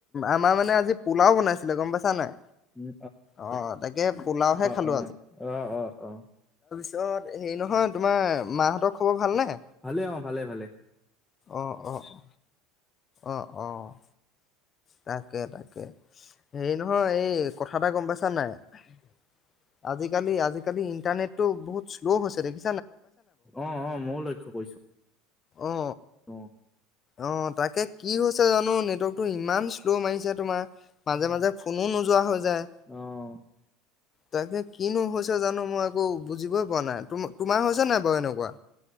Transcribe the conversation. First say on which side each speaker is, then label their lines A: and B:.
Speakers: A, on the left; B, in the centre.
A: আমাৰ মানে আ আজি পোলাও বনাইছিলে গম পাইছা নাই।
B: উম
A: অ তাকে পোলাওহে
B: অ
A: খালো
B: অ অ অ অ'।
A: ত হেৰী নহয় তোমাৰ মাহঁতৰ খবৰ ভালনে?
B: ভালে অ। ভালে, ভালে।
A: অ, অ'। অ অ'। তাকে, তাকে। হেৰি নহয় এই কথা এটা গম পাইছা নাই? আজিকালি, আজিকালি ইন্টাৰনেটটো বহুত শ্ল হৈছে দেখি
B: অ' অ' ময়ো লক্ষ্য কৰিছো
A: অ!
B: অ
A: অ তাকে কি হৈছে জানো নেটৱৰ্কটো ইমান শ্ল' মাৰিছে তোমাৰ। মাজে মাজে, ফোনো নোযোৱা হৈ যায়।
B: অ,
A: তাকে কিনো হৈছে। জানো মই একো বুজিবই পৰা নাই ত তোমাৰ হৈছে নাই বাৰু এনেকুৱা।